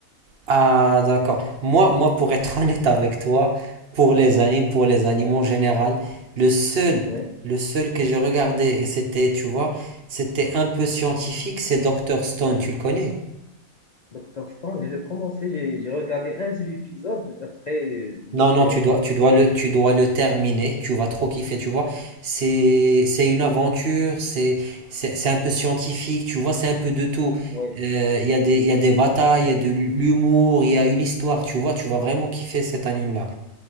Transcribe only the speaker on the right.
Ah, d'accord. Moi, moi, pour être <laughs> honnête avec toi, pour les animes, pour les animaux en général, le seul,
le seul que j'ai regardé, et c'était, tu vois, c'était un peu scientifique, c'est Docteur Stone, tu le connais?
Non,
non, tu
dois, tu dois le, tu dois le terminer, tu vas trop kiffer, tu vois. C'est, c'est une aventure, c'est, c'est, c'est un peu scientifique, tu vois, c'est un peu de tout.
Euh, Il y a des, il y a des batailles, il y a de l'humour, il y a une histoire, tu vois, tu vas vraiment kiffer cet anime-là.